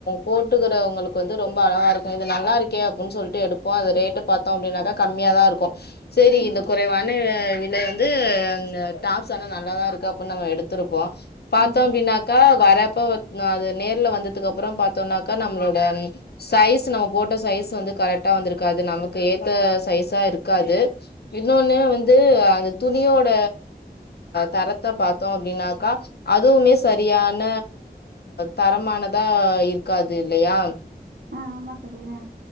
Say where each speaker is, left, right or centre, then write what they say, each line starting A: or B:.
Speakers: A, on the left; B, on the right.
A: போட்டுக்கிறவங்களுக்கு வந்து ரொம்ப அழகாருக்கும் இது நல்லா இருக்கே அப்டின்னு சொல்லிட்டு எடுப்போம் அது ரெட் கூ பாத்தோம் அப்டின்னாக்கா கம்மியா தான் இருக்கும் சேரி
B: ஆ
A: இந்த குறைவான விலை வந்து டாப்ஸ் ஆனா நல்லாதான் இருக்கு நம்ம எடுத்திருப்போம் பாத்தோம்
B: ஆ
A: அப்டின்னாக்கா வர ப்போ அது நேர்ல வந்ததுக்கு அப்றம் பாத்தோம்னாக்கா நம்மளோட சைஸ் நம்ம போட்ட சைஸ் வந்து கரெக்டா வந்திருக்காது நமக்கு ஏத்த சைஸா இருக்காது இன்னொன்னு வந்து அந்த துணியோட தர த்த பாத்தோம் அப்டின்னாக்கா அதுவுமே சரியான தரமானதா இருக்காது இல்லையா
B: ஆ ஆமா சரிதா